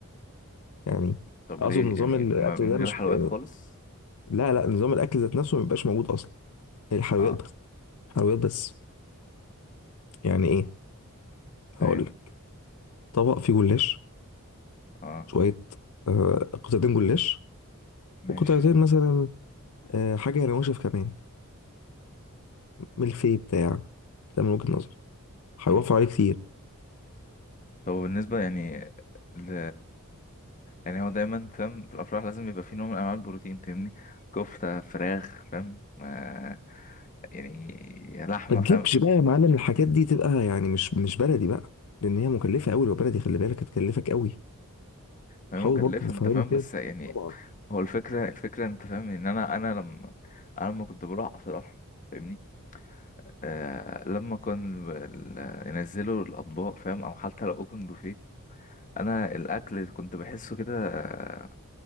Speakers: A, on the left; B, on the left.
A: يعني
B: طب
A: اقصد
B: ليه
A: نظام
B: يعني
A: الاكل
B: ما من
A: ده
B: غير
A: مش
B: حلويات
A: آه،
B: خالص
A: لا لا نظام الاكل ذات نفسه ما بيبقاش موجود اصلا هي الحلويات
B: اه
A: بس حلويات بس يعني ايه هقول
B: فاهم
A: لك طبق فيه جلاش
B: اه
A: شويه آه قطعتين جلاش
B: ماشي
A: وقطعتين مثلا آه حاجه نواشف كمان ملفي بتاع ده من وجهه نظر هيوفر
B: مم.
A: عليه كتير
B: طب بالنسبة يعني ل... يعني هو دايما فاهم في الأفراح لازم يبقى في نوع من أنواع البروتين فاهمني كفتة فراخ فاهم آه يعني لحمة
A: ما تجيبش
B: فاهم
A: بقى يا معلم الحاجات دي تبقى يعني مش مش بلدي بقى لان هي مكلفه قوي لو بلدي خلي بالك هتكلفك قوي
B: فاهم
A: حاول
B: مكلفة
A: برضه تفهمني
B: أنت فاهم
A: كده
B: بس يعني
A: طبعا
B: هو الفكرة الفكرة أنت فاهم إن أنا أنا لما أنا لما كنت بروح أفراح فاهمني آه لما كان ال- ينزلوا الأطباق فاهم أو حتى لو أوبن بوفيه انا الاكل كنت بحسه كده آه،